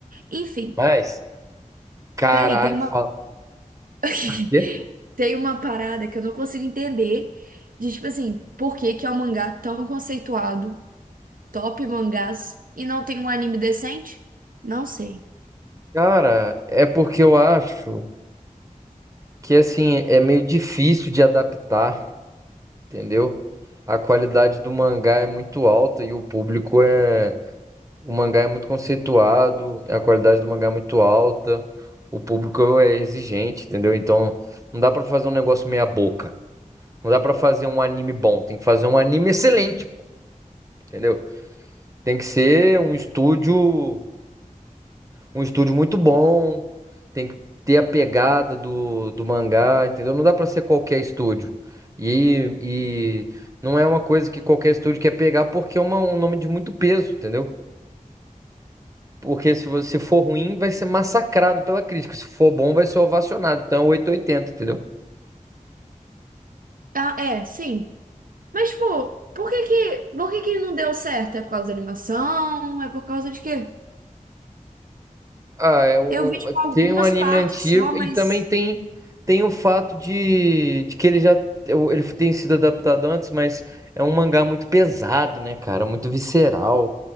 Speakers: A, on the right; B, on the right.
A: Enfim,
B: Mas, caralho,
A: peraí, tem uma,
B: fala...
A: <laughs>
B: Quê?
A: tem uma parada que eu não consigo entender. De tipo assim, por que que é um mangá tão conceituado, top mangás, e não tem um anime decente? Não sei.
B: Cara, é porque eu acho que, assim, é meio difícil de adaptar entendeu? A qualidade do mangá é muito alta e o público é. O mangá é muito conceituado, a qualidade do mangá é muito alta, o público é exigente, entendeu? Então, não dá pra fazer um negócio meia boca. Não dá pra fazer um anime bom, tem que fazer um anime excelente, entendeu? Tem que ser um estúdio, um estúdio muito bom, tem que ter a pegada do, do mangá, entendeu? Não dá pra ser qualquer estúdio. E, e não é uma coisa que qualquer estúdio quer pegar porque é uma- um nome de muito peso, entendeu? Porque se você for ruim, vai ser massacrado pela crítica. Se for bom, vai ser ovacionado. Então, é 880, entendeu?
A: Ah, é, sim. Mas, tipo, por que que, por que que não deu certo? É por causa da animação? É por causa de quê?
B: Ah, é um,
A: Eu vi,
B: um,
A: tipo, algumas
B: tem um anime
A: partes
B: antigo
A: só,
B: e
A: mas.
B: também tem, tem o fato de, de que ele já eu- ele tem sido adaptado antes, mas é um mangá muito pesado, né, cara? Muito visceral.